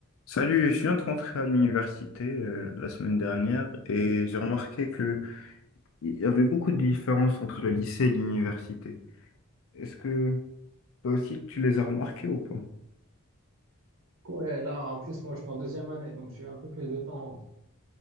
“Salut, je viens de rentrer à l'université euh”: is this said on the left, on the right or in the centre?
Left